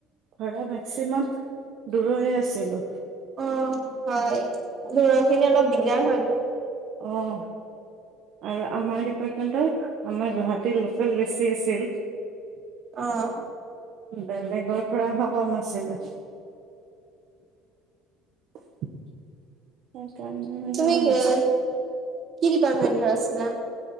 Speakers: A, on the right; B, on the right.
A: ঘৰৰ মেক্সিমাম দূৰৰে আছিলো।
B: অ' হয় দূৰৰ খিনি অলপ দিগদাৰ হয়টো।
A: অ আৰু আমাৰ ডিপাৰ্টমেণ্টৰ আমাৰ গুৱাহাটীৰ লোকেল বেছি আছিল।
B: অ'
A: বেলেগৰ পৰা স ক'ম আছিলে। <unintelligible>
B: তুমি এ কি ডিপাৰ্টমেন্টৰ আছিলা?